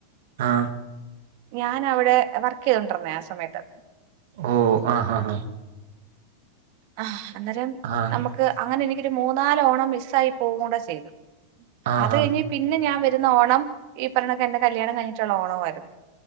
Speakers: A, on the right (about 70°); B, on the right (about 55°).
A: ആഹ
B: ഞാൻ അവിടെ വർക്ക് ചെയ്തൊണ്ടിരന്നേ ആ സമയത്ത്
A: ഓ അ ഹ ഹ
B: <unintelligible> അന്നേരം
A: ആഹ്
B: നമുക്ക് അങ്ങനെ എനിക്ക് ഒരു മൂന്നാലോണം മിസ്സായി പോകൂടെ ചെയ്ത്
A: ആഹ്
B: അത് കഴിഞ്ഞ് പിന്നെ ഞാൻ വെ <unintelligible> ഓണം ഈ പറഞ്ഞൊക്ക് എന്റെ കല്യാണം കഴിഞ്ഞിട്ടുള്ള ഓണമായിരുന്നു